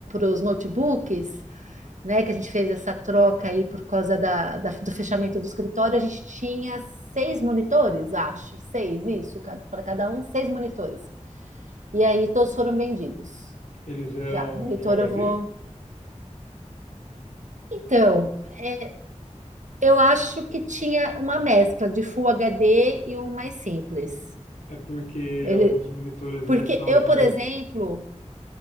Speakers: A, on the right (about 75°); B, on the left (about 75°).
A: os notebooks, né, que a gente fez essa troca aí por causa da, da- do fechamento do escritório, a gente tinha seis monitores, acho, seis, isso, para cada um, seis monitores. E aí todos foram vendidos.
B: eles eram
A: Já, monitor
B: Full HD?
A: eu vou. Então, é, eu acho que tinha uma mescla de Full HD e um mais simples.
B: É porque
A: Ele,
B: alguns monitores
A: porque
B: eles são
A: eu,
B: hoje em
A: por
B: dia
A: exemplo,